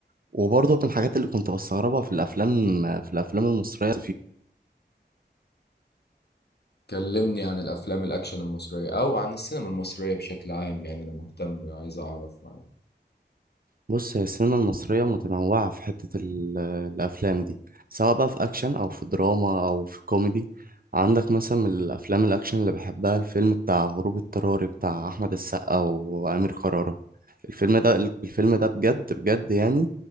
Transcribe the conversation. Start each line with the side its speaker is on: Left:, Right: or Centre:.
Right: وبرضه من الحاجات اللي كنت بستغربها في الأفلام في الأفلام المصرية
Left: كلمني عن الأفلام الأكشن المصرية أو عن السينما المصرية بشكل عام يعني أنا مهتم عايز أعرف يعني
Right: بص هي السينما المصرية متنوعة في حتة ال- آه، الأفلام دي سواء بقى في أكشن أو في دراما أو في كوميدي عندك مثلا من الأفلام الأكشن اللي بحبها الفيلم بتاع هروب اضطراري بتاع أحمد السقا وأمير كرارة الفيلم ده الفيلم ده بجد بجد يعني